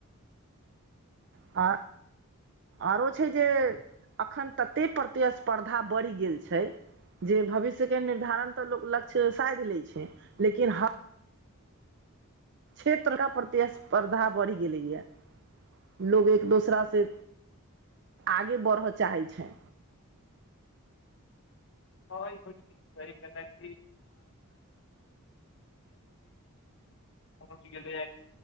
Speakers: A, on the right (about 50°); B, on the left (about 55°).
A: आ आउरो छै जे एखन तते प्रतिस्पर्धा बढ़ि गेल छै जे भविष्य के निर्धारण तऽ लोक लक्ष्य साधि लेय छै लेकिन ह क्षेत्र क प्रतिस्पर्धा बढ़ि गेलै यऽ लोग एक दोसरा से आगे बढ़य चाहैत छै
B: <unintelligible> <unintelligible> पहुँच गेलै य